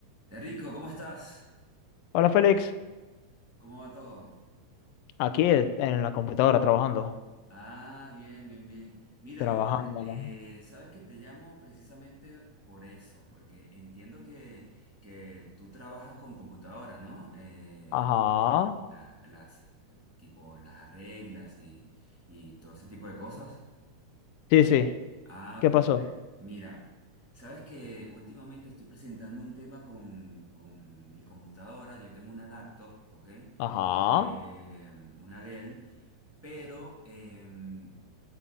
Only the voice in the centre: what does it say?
Enrico, ¿cómo estás?
¿Cómo va todo?
Ah, bien, bien, bien. Mira,
brother, eh,
sabes que te llamo precisamente por eso, porque entiendo que, que tú trabajas con computadoras, ¿no? Eh,
y- y la- las, eh, tipo, las arreglas y, y todo ese tipo de cosas.
Ah,
perfecto.
Mira, sabes que últimamente estoy presentando un tema con, con mi computadora. Yo tengo una laptop, ¿ok?
Eh, una Dell. pero em,